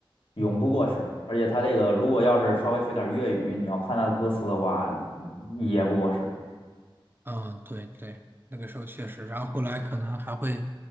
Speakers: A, on the left; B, on the right.
A: 永不过时。
B: 嗯。
A: 而且他这个如果要是稍微学点儿粤语，你要看他的歌词的话，也不过时。
B: 嗯，对对，那个时候确实，然后后来可能还会，